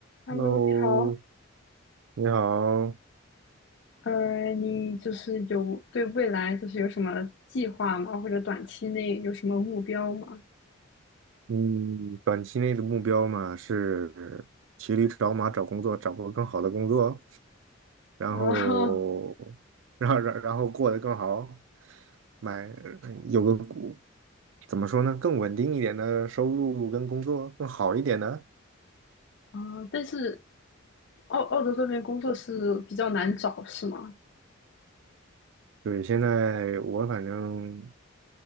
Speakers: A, on the left; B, on the right.
A: Hello，
B: Hello，
A: 你好。
B: 你好。
A: 呃，你就是有对未来就是有什么计划吗？或者短期内有什么目标吗？
B: 嗯，短期内的目标嘛是骑驴找马找工作，找个更好的工作，然后，
A: 哦，
B: 然后，然然后过得更好，买有个股怎么说呢，更稳定一点的收入跟工作更好一点的。
A: 啊，但是澳澳洲这边工作是比较难找，是吗？
B: 对，现在我反正